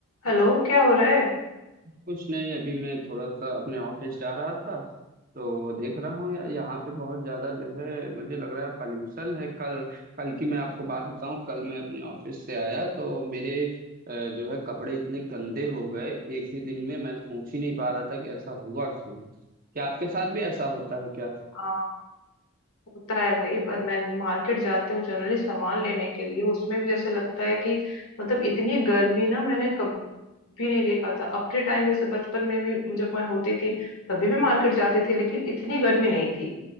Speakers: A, on the left; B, on the right.
A: Hello क्या हो रहा है
B: कुछ नहीं अभी मैं थोड़ा सा अपने ऑफिस जा रहा था तो देख रहा हूँ यार यहाँ पे बहुत ज्यादा जो है मुझे लग रहा है पॉल्यूशन है कल कल की मैं आपको बात बताऊं कल मैं अपने ऑफिस से आया तो मेरे अ, जो है कपड़े इतने गंदे हो गए एक ही दिन में मैं सोच ही नहीं पा रहा था कि ऐसा हुआ क्यों क्या आपके साथ भी ऐसा होता है क्या
A: हाँ होता है भाई पर मैं मार्केट जाती हूँ जनरली सामान लेने के लिए उसमें भी जैसे लगता है कि मतलब इतनी गर्मी ना मैंने कभी नहीं देखा था अपने टाइम में। जैसे बचपन में भी जब मैं होती थी तभी भी मार्केट जाती थी लेकिन इतनी गर्मी नहीं थी